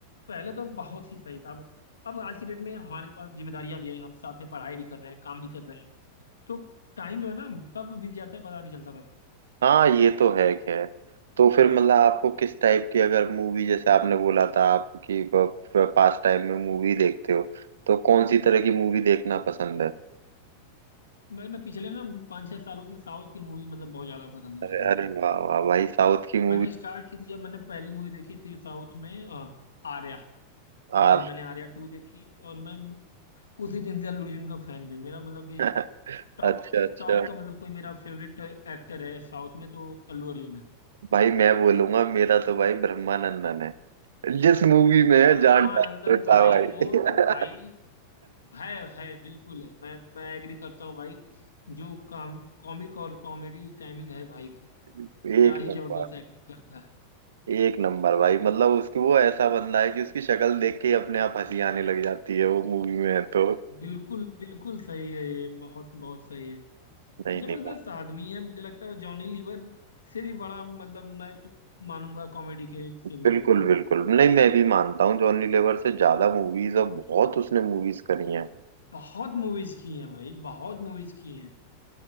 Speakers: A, on the left; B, on the right.
A: पहले तो बहुत ही सही था अब अब आज की डेट में हमारे पास जिम्मेदारियां भी है हम साथ में पढ़ाई भी कर रहे हैं काम भी कर रहे हैं तो टाइम जो है ना कब बीत जाता है पता नहीं चलता भाई
B: हाँ ये तो है खैर तो फिर मतलब आपको किस टाइप की अगर मूवी जैसे आपने बोला था आप कि पास टाइम में मूवी देखते हो तो कौन सी तरह की मूवी देखना पसंद है
A: मैं मैं पिछले ना पाँच छह सालों से साउथ की मूवी मतलब बहुत ज्यादा पसंद
B: अरे
A: करता हूँ
B: अरे वाह वाह भाई साउथ की मूवी
A: मैंने स्टार्ट की थी जब मैंने पहली मूवी देखी थी साउथ में अ, आर्या
B: आर
A: दिन मैंने आर्या टू देखी और मैं उसी दिन से अल्लू अर्जुन का फैन भी हूँ। मेरा मतलब
B: <laughs>
A: टॉप
B: अच्छा अच्छा
A: टॉप का मतलब कोई मेरा फेवरेट एक्टर है साउथ में तो अल्लू अर्जुन है
B: भाई मैं बोलूंगा मेरा तो भाई ब्रह्मानंदन है जिस मूवी में
A: ब्रह्मानंदन
B: जान डाल देता
A: भाई
B: भाई
A: वो तो भाई है है बिल्कुल है मैं मैं एग्री करता हूँ भाई जो काम कॉमिक और कॉमेडी टाइमिंग है भाई की
B: <laughs>
A: क्या
B: एक
A: ही
B: नंबर
A: जबरदस्त एक्टिंग करता है
B: एक नंबर भाई मतलब उसकी वो ऐसा बंदा है कि उसकी शक्ल देख के ही अपने आप हंसी आने लग जाती है वो मूवी में है तो
A: बिल्कुल बिल्कुल सही है ये बहुत बहुत सही है
B: नहीं
A: जबरदस्त
B: नहीं मैं-
A: आदमी है मुझे लगता है वो जॉनी लीवर से भी बड़ा मतलब मैं तो मानूंगा कॉमेडी के सीन
B: बिल्कुल
A: में उनको
B: बिल्कुल नहीं मैं भी मानता हूँ जॉनी लीवर से ज्यादा मूवीज और बहुत उसने मूवीज करी हैं
A: बहुत मूवीज की हैं भाई बहुत मूवीज की हैं